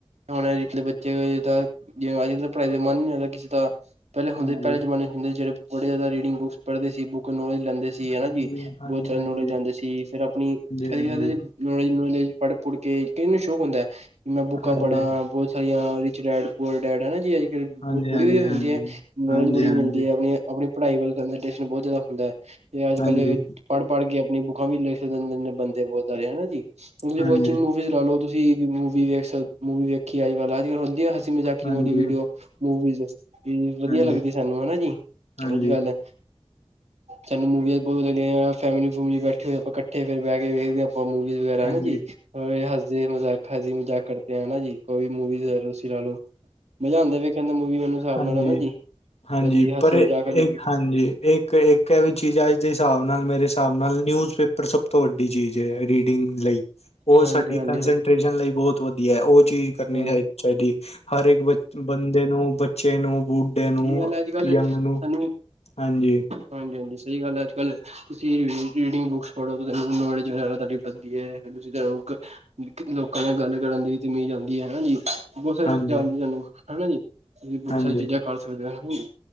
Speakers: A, on the right; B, on the left.
A: ਹੁਣ ਅੱਜ ਕਲ ਬੱਚੇ ਜੀਦਾ ਜਿਵੇਂ ਅੱਜ ਕੱਲ ਪੜ੍ਹਾਈ ਦਾ ਮਨ ਜਾਂ ਕਿਸੇ ਦਾ ਪਹਿਲੇ ਹੁੰਦੇ
B: ਹਾਂਜੀ,
A: ਪਲੇ
B: ਹਾਂਜੀ,
A: ਜਮਾਨੇ ਹੁੰਦੇ ਸੀ ਜੇੜ੍ਹੇ ਬੋਤ ਜਾਦਾ ਰੀਡਿੰਗ ਬੁੱਕਸ ਪੜਦੇ ਸੀ ਬੁੱਕ ਨੌਲੇਜ ਲੈਂਦੇ ਸੀ ਹਨਾ
B: ਹਾਂਜੀ,
A: ਜੀ
B: ਹਾਂਜੀ,
A: ਬੋਤ ਜਾਦਾ
B: ਹਾਂਜੀ,
A: ਨੌਲੇਜ ਲੈਂਂਦੇ ਸੀ ਫੇਰ ਆਪਣੀ <unintelligible>
B: ਹਾਂਜੀ।
A: ਪੜ੍ਹ ਪੁੜ੍ਹ ਕੇ ਕਿਹਨੂੰ ਸ਼ੌਕ ਹੁੰਦਾ। ਬੂਕਾਂ
B: ਹਾਂਜੀ,
A: ਪੜਾ ਬੋਤ ਸਾਰੀਆਂ ਰਿਚ ਡੈਡ ਪੂਰ ਡੈਡ ਹਨਾ ਜੀ ਅ <inaudible>
B: ਹਾਂਜੀ,
A: ਉਹ ਕੁੜੀ
B: ਹਾਂਜੀ, ਹਾਂਜੀ।
A: ਵੀ ਹੁੰਦੀ ਐ ਨੌਲੇਜ
B: ਹਾਂਜੀ,
A: ਬੜੀ
B: ਹਾਂਜੀ,
A: ਮਿਲਦੀ ਐ ਆਪਣੀ-ਆਪਣੀ ਪੜ੍ਹਾਈ ਵੱਲ ਕਸਨਟਰੇਸ਼ਨ ਬਹੁਤ ਜਿਆਦਾ ਹੁੰਦਾ। ਤੇ ਅੱਜ ਕੱਲ
B: ਹਾਂਜੀ,
A: ਪੜ੍ਹ-ਪੜ੍ਹ ਕੇ ਆਪਣੀ ਬੁੱਕਾਂ ਵੀ ਲਿਖ ਦਿੰਦੇ ਨੇ ਬੰਦੇ ਬਹੁਤ ਸਾਰੇ ਹੈ ਨਾ ਜੀ <unintelligible>
B: ਹਾਂਜੀ,
A: ਮੂਵੀਜ਼ ਲਾ ਲਓ ਤੁਸੀਂ ਵੀ ਮੂਵੀ <unintelligible> ਮੂਵੀ ਦੇਖੀ ਅੱਜ ਕੱਲ ਅੱਜ ਕੱਲ ਹਸੀ ਮਜ਼ਾਕੀ
B: ਹਾਂਜੀ,
A: ਵਾਲੀ ਵੀਡੀਓ ਮੂਵੀਜ਼ ਵੀ ਵਧੀਆ
B: ਹਾਂਜੀ,
A: ਲੱਗਦੀ ਸਾਨੂੰ ਹੈ ਨਾ ਜੀ?
B: ਹਾਂਜੀ,
A: ਓ <unintelligible> ਗੱਲ ਸਾਨੂੰ ਮੂਵੀਆਂ ਬਹੁਤ ਵਧੀਆ ਫੈਮਲੀ ਫੁਮਲੀ ਬੈਠੇ ਹੋਏ ਆਪਾਂ ਕੱਠੇ ਫੇਰ ਬਹਿ ਕੇ ਵੇਖਦੇ ਆ। ਆਪਾਂ ਮੂਵੀਜ਼ ਵਗੈਰਾ ਹੈ
B: ਹਾਂਜੀ,
A: ਨਾ ਜੀ
B: ਹਾਂਜੀ,
A: ਹਾਸੇ ਮਜਾਕ ਮਜ਼ਾਕ ਕਰਦੇ ਆ ਨਾ ਜੀ <unintelligible> ਲ ਲੋ ਮਜ਼ਾ ਆਂਦਾ ਵੇਖਣ ਦਾ ਮੂਵੀ ਮੈਨੂੰ ਹਿਸਾਬ
B: ਹਾਂਜੀ।
A: ਨਾਲ ਹੈ ਨਾ ਜੀ।
B: ਹਾਂਜੀ
A: ਕਦੀ ਹਸੀ
B: ਪਰ
A: ਮਜ਼ਾਕ
B: ਇੱਕ
A: ਵਾਲੀ ਵੀਡੀਓ
B: ਹਾਂਜੀ ਇੱਕ ਇੱਕ ਏ ਵੀ ਚੀਜ਼ ਅੱਜ ਦੇ ਹਿਸਾਬ ਨਾਲ ਮੇਰੇ ਹਿਸਾਬ ਨਾਲ ਨਿਊਜ਼। ਪੇਪਰ ਸਭ ਤੋਂ ਵੱਡੀ ਚੀਜ਼ ਐ ਰੀਡਿੰਗ ਲਈ। ਓ
A: ਹਾਂਜੀ
B: ਸਾਡੀ
A: ਹਾਂਜੀ
B: ਕੰਸਟ੍ਰੇਸ਼ਨ
A: ਹਾਂਜੀ
B: ਲਈ ਬਹੁਤ ਵਧੀਐ ਓ ਚੀਜ਼ ਕਰਨੀ
A: ਹਾਂਜੀ
B: <unintelligible> ਚਾਹੀਦੀ। ਹਰ ਇੱਕ ਬ ਬੰਦੇ ਨੂੰ ਬੱਚੇ ਨੂੰ ਬੁੱਢੇ ਨੂੰ
A: ਕੀ ਗੱਲ ਐ ਅੱਜ ਕੱਲ
B: ਯੰਗ
A: ਸਾਨੂੰ
B: ਨੂੰ ਹਾਂਜੀ
A: ਹਾਂਜੀ-ਹਾਂਜੀ ਸਹੀ ਗੱਲ ਹੈ ਅੱਜ ਕੱਲ੍ਹ ਤੁਸੀਂ ਰੀਡਿੰਗ ਬੁੱਕਸ ਪੜ੍ਹੋ ਤੁ ਤੁਹਾਨੂੰ ਨੌਲੇਜ ਵਗੈਰਾ ਤੁਹਾਡੀ ਬਣਦੀ ਹੈ ਫਿਰ ਤੁਸੀਂ ਤ ਲੋਕਾਂ ਨਾਲ ਗੱਲ ਕਰਨ ਦੀ ਵੀ ਤਮੀਜ਼ ਆਉਂਦੀ ਹੈ ਹੈ ਨਾ ਜੀ ਬਹੁਤ ਸਾਰੀ
B: ਹਾਂਜੀ
A: ਚੀਜ਼ਾਂ ਆਉਂਦੀਆਂ ਸਾਨੂੰ ਹੈ ਨਾ ਜੀ ਤੁਸੀਂ ਬਹੁਤ
B: ਹਾਂਜੀ
A: ਸਾਰੀ ਚੀਜ਼ਾਂ ਕਰ ਸਕਦੇ ਹੋ ਹੈ ਨਾ ਜੀ।